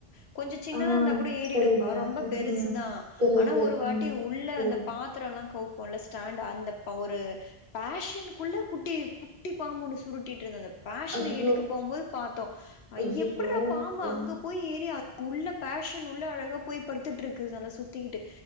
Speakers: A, on the left; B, on the right.
A: ஒ கொஞ்ச சின்னதா
B: ஆ
A: இருந்தா கூட ஏறிடும்பா
B: சரிங்க
A: ரொம்ப
B: ம்
A: பெருசு தா
B: பெருசு
A: ஆனா ஒரு வாட்டி
B: ம்
A: உள்ள
B: இருங்க
A: அந்த பா திரோ எல்லா கவுப்போல ஸ்டாண்ட் அந்த பொ ஒரு பேஷனுக்குள்ள குட்டி குட்டி பாம்பு ஒன்னு சுருட்டிட்டு இருந்தது பேஷனை
B: ஐயோ
A: எடுக்க போம்போது பாத்தோ அய்
B: ஐயோ
A: எப்ட்றா பாம்பு
B: ரொம்ப
A: அங்க போய் ஏறிய உள்ள பேஷன் உள்ள அழகா போய் படுத்துட்ருக்கு அதல்ல சுத்திக்கிட்டு